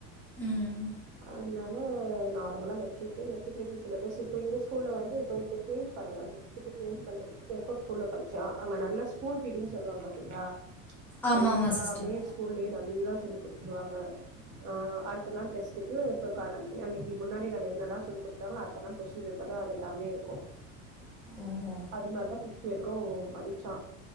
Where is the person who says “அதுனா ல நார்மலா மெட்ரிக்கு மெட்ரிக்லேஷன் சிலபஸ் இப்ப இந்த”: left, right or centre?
Right